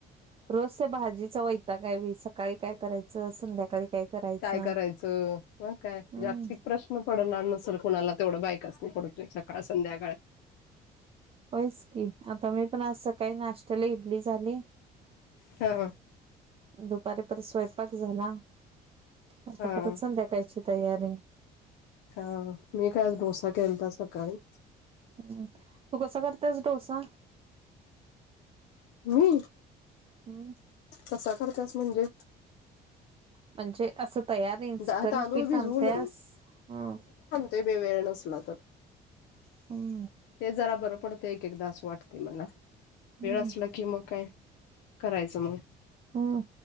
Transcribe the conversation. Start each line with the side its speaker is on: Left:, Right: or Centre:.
Right: रोजच्या भाजीचा वैताग आहे बई सकाळी काय करायचं संध्याकाळी काय करायचं
Left: काय करायचं मग काय
Right: हम्म
Left: जागतिक प्रश्न पडणार नसेल कुणाला तेवढा बायकासनी पड ते सकाळ संध्याकाळ आहे.
Right: होईच की आता मी पण आज सकाळी नाष्टायला इडली झाली.
Left: ता
Right: दुपारी परत स्वयंपाक झाला आता
Left: हा
Right: परत संध्याकाळची तयारी.
Left: का मी काय डोसा केलता सकाळी.
Right: <inaudible> तू कसा करतेस डोसा?
Left: मी
Right: हम्म.
Left: कसा करतेस म्हणजे?
Right: म्हणजे असं तयार इन्स्टंट
Left: दा तांदूळ
Right: पीठ
Left: भिजवून
Right: आणत्यास हां.
Left: ते बी वेळ नसला तर.
Right: <unintelligible>
Left: ते जरा बरं पडतंय एक-एकदा असं वाटतंय मला.
Right: हम्म
Left: वेळ असला की मग काय करायचं मग.
Right: हम्म